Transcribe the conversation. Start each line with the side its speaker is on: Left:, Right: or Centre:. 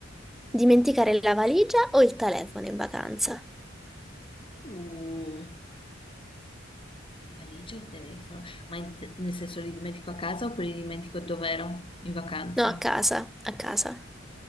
Centre: dimenticare la valigia o il telefono in vacanza?
Left: Uh. Valigia o telefono? Ma in- nel senso li dimentico a casa oppure li dimentico dove ero in vacanza?
Centre: No, a casa, a casa.